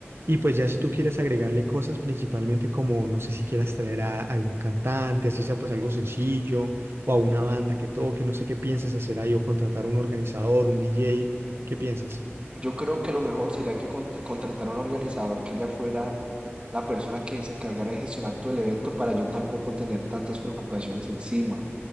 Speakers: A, on the right; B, on the right.
A: Y pues ya si tú quieres agregarle cosas, principalmente como, no sé si quieras traer a algún cantante, así sea pues algo sencillo, o a una banda que toque, no sé qué pienses hacer ahí, o contratar a un organizador, un DJ, ¿qué piensas?
B: Yo creo que lo mejor sería que cont- contratara un organizador que ya fuera la persona que se encargara de gestionar todo el evento para yo tampoco tener tantas preocupaciones encima.